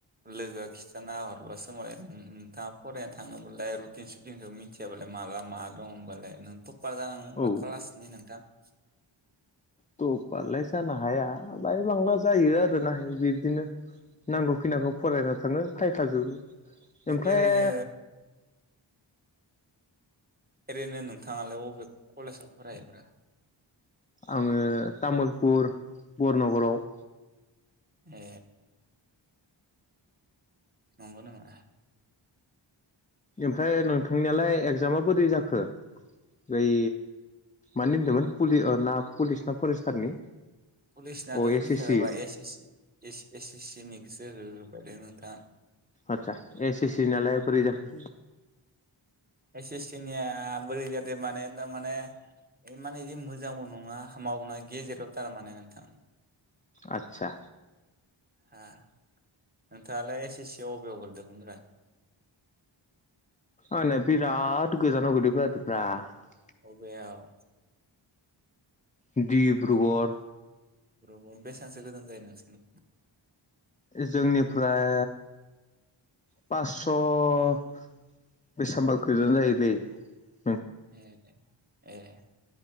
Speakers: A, on the right; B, on the left.
A: लोगोआ खिथाना हरबासो मालाय उम उम नोंथाङा फरायनो थाङोबालाय रुटिन सुटिनखौ मिथियाबालाय माला मा दं होमबालाय नों ट <unintelligible>
B: औ
A: क्लासनि नोंथां <inaudible>
B: टपारलाय जानो हाया बाय लां जायो आरो ना इदि बिदिनो नांगौ खिनांखौ फरायना थाङो फायखाजोबो ओमफ्राय
A: ओरैनो एरैनो नोंथाङालाय बबे कलेजाव फरायोब्रा
B: आङो तामुलपुर बरनगराव
A: ए नंगौ नामा?
B: ओमफ्राय नोंथांनियालाय एग जामा बोरै जाखो ओै मानो होनदोंमोन ना पुलिस ना फरेस्टारनि
A: कलेजनाथ'
B: अ एस
A: फैखोबा
B: एस सि
A: ए एस एस सि नि गोसो हो होबायलै नोंथां
B: आतसा एस ए सि नालाय बोरै जाखो
A: एस एस सि ना बोरै जाखो माने तारमाने <unintelligible> मोजांबो नङा हामाबो नङा गेजेराव थारमाने नोंथां
B: आतसा
A: हा नोंथाङालाय एस एस सिआव अबेयाव गोगलैदों मोनब्रा
B: आंना बिराद गोजानाव गोलै <unintelligible>
A: अबेयाव?
B: <inaudible> डिब्रुगड़।
A: <unintelligible> बेसांसो गोजान जायो <unintelligible>
B: जोंनिफ्राय पासस' बेसामबा गोजानो जायोलै ।
A: <unintelligible> ए